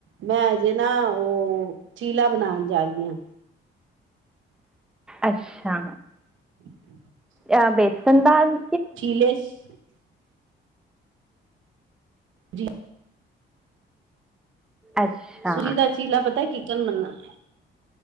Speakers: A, on the right; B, in the centre.
A: ਮੈਂ ਅਜੇ ਨਾ ਉਹ ਚੀਲਾ ਬਣਾਉਣ ਜਾ ਰਹੀ ਹਾਂ
B: ਅੱਛਾ
A: <unintelligible>
B: ਅ ਬੇਸਨ ਦਾਲ
A: <unintelligible> ਜੀ
B: ਅੱਛਾ
A: ਸੂਜੀ ਦਾ ਚੀਲਾ ਪਤਾ ਚਿਕਨ ਬਨਨਾ ਹੈ।